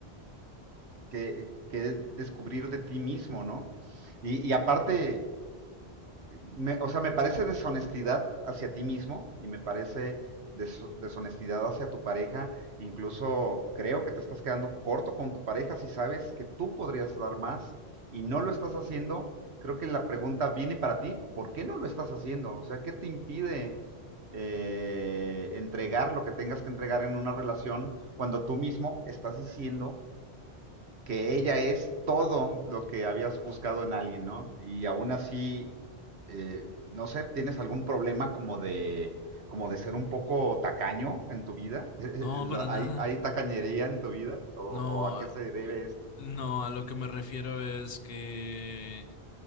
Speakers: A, on the right; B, on the left.
A: que, que descubrir de ti mismo, ¿no? Y, y aparte, me, o sea, me parece deshonestidad hacia ti mismo y me parece des- deshonestidad hacia tu pareja. Incluso creo que te estás quedando corto con tu pareja si sabes que tú podrías dar más y no lo estás haciendo. Creo que la pregunta viene para ti, ¿por qué no lo estás haciendo? O sea, ¿qué te impide eh, entregar lo que tengas que entregar en una relación cuando tú mismo estás diciendo que ella es todo lo que habías buscado en alguien, ¿no? Y aún así, eh, no sé, ¿tienes algún problema como de, como de ser un poco tacaño en tu vida? <laughs>
B: No, para nada.
A: ¿Hay, hay tacañería en tu vida? ¿O,
B: No,
A: o a qué se debe
B: No, a lo que me refiero es que